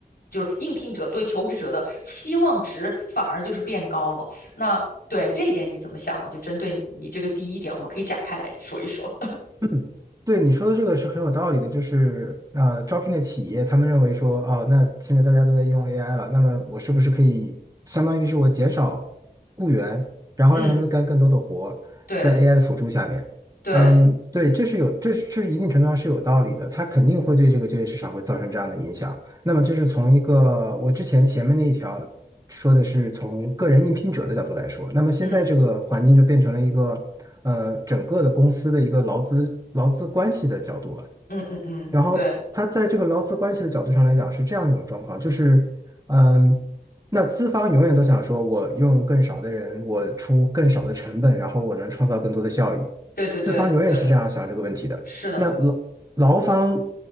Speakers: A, on the left; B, on the right.
A: 就是应聘者对求职者的期望值反而就是变高了。那对这一点你怎么想呢？就针对你这个第一点，我们可以展开来说一说。
B: 嗯，对你说的这个是很有道理的，就是呃，招聘的企业他们认为说，啊，那现在大家都在用 AI 了，那么我是不是可以相当于是我减少雇员，然后让他们干更多的活，
A: <laughs> 嗯，对
B: 在 AI 的辅助下面，
A: 对，
B: 嗯，对，这是有，这是一定程度上是有道理的，它肯定会对这个就业市场会造成这样的影响。那么这是从一个我之前前面那一条。说的是从个人应聘者的角度来说，那么现在这个环境就变成了一个呃整个的公司的一个劳资劳资关系的角度了。
A: 嗯嗯嗯嗯，
B: 然后他在这个劳资关系的角度上来讲是这样一种状况，
A: 对
B: 就是嗯，那资方永远都想说我用更少的人，我出更少的成本，然后我能创造更多的效益。
A: 对对对对，
B: 资方永远是这样想这个问题的。
A: 是的，
B: 那劳劳方